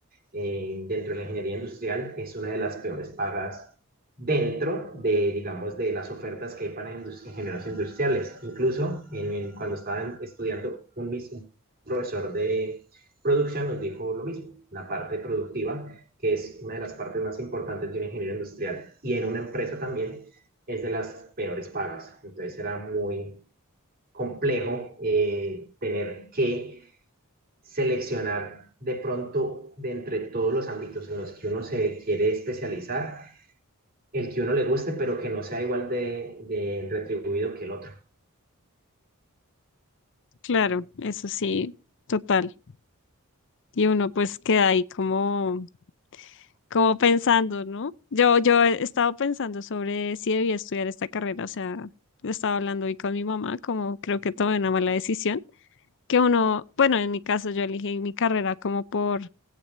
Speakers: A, on the right; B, on the left.
A: eh, dentro de la ingeniería industrial es una de las peores pagas dentro de, digamos, de las ofertas que hay para ingenieros industriales. Incluso en el- cuando estaban estudiando, un mismo profesor de producción nos dijo lo mismo, la parte productiva, que es una de las partes más importantes de un ingeniero industrial y en una empresa también es de las peores pagas. Entonces era muy complejo eh, tener que seleccionar de pronto de entre todos los ámbitos en los que uno se quiere especializar, el que uno le guste, pero que no sea igual de, de retribuido que el otro.
B: claro, eso sí, total. Y uno pues queda ahí como, como pensando, ¿no? Yo, yo he estado pensando sobre si debía estudiar esta carrera, o sea, he estado hablando hoy con mi mamá, como creo que tomé una mala decisión, que uno, bueno, en mi caso yo elegí mi carrera como por,